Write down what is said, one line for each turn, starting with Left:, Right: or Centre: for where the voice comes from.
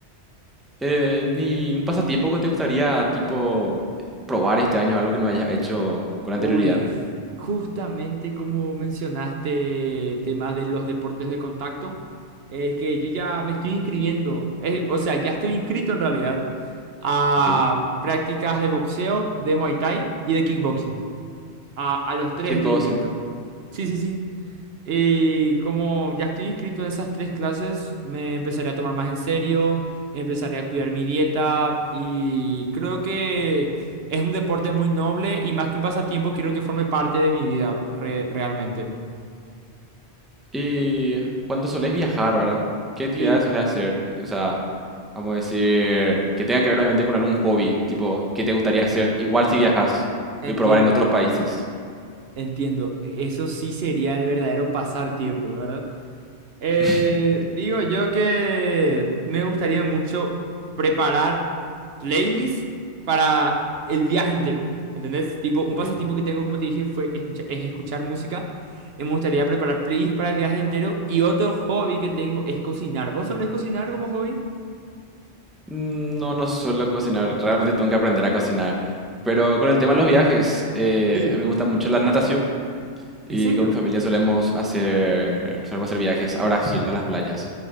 Centre: Eh, ¿ni un pasatiempo que te gustaría, tipo, probar este año, algo que no hayas hecho con anterioridad?
Right: Uy, justamente como mencionaste temas de los deportes de contacto, es que yo ya me estoy inscribiendo, eh, o sea, ya estoy inscrito en realidad a
Centre: Ok.
Right: prácticas de boxeo, de Muay Thai y de kickboxing. A, a los tres
Centre: Kickboxing.
Right: estoy inscrito. Sí, sí, sí. Y como ya estoy inscrito en esas tres clases, me empezaré a tomar más en serio, empezaré a cuidar mi dieta y creo que es un deporte muy noble y más que un pasatiempo, quiero que forme parte de mi vida re- realmente.
Centre: Y cuando solés viajar, ¿verdad? ¿Qué actividades
Right: Sí.
Centre: solés hacer? O sea, vamos a decir, que tenga que ver obviamente con algún hobby, tipo, ¿qué te gustaría hacer igual si viajas
Right: Entiendo,
Centre: y probar en otros países?
Right: entiendo. Eso sí sería el verdadero pasar tiempo, ¿verdad? Eh,
Centre: <laughs>
Right: digo yo que me gustaría mucho preparar playlist para el viaje entero. ¿Entendés? Tipo, un
Centre: Ok.
Right: pasatiempo que tengo, como te dije, fue escucha- es escuchar música. Y me gustaría preparar playlist para el viaje entero. Y otro hobby que tengo es cocinar. ¿Vos solés cocinar como hobby?
Centre: No, no suelo cocinar, realmente tengo que aprender a cocinar. Pero con el tema de los viajes, eh,
Right: Sí.
Centre: a mí me gusta mucho la natación. Y
Right: ¿En serio?
Centre: con mi familia solemos hacer, solemos hacer viajes a Brasil, a las playas.